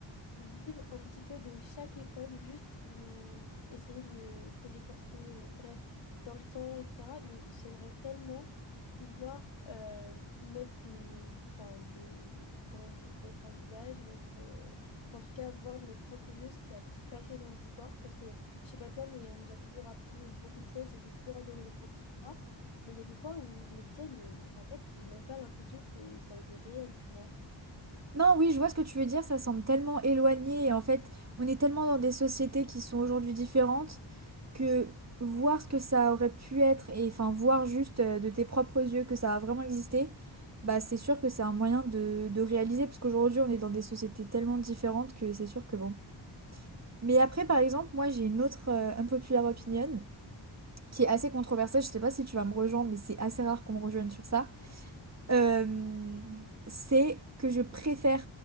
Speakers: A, on the left (about 70°); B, on the right (about 35°).
A: vivre un petit peu de chaque époque, juste ou essayer de me téléporter, euh, bref, dans le temps, etc. Mais j'aimerais tellement pouvoir euh, mettre des, enfin des, comment on dit, mettre un visage, mettre, euh, en tout cas voir de mes propres yeux ce qui a pu se passer dans l'histoire, parce que je sais pas toi, mais on nous a toujours appris beaucoup de choses et j'ai toujours adoré les cours d'histoire. Mais il y a des fois où je me disais, mais enfin, en fait, j'ai même pas l'impression que ça a été réel, tu vois.
B: Non, oui, je vois ce que tu veux dire, ça semble tellement éloigné et en fait, on est tellement dans des sociétés qui sont aujourd'hui différentes que voir ce que ça aurait pu être et enfin voir juste euh, de tes propres yeux que ça a vraiment existé, bah c'est sûr que c'est un moyen de, de réaliser parce qu'aujourd'hui on est dans des sociétés tellement différentes que c'est sûr que bon. Mais après, par exemple, moi j'ai une autre euh, unpopular opinion. qui est assez controversé, je sais pas si tu vas me rejoindre, mais c'est assez rare qu'on me rejoigne sur ça, euh, c'est que je préfère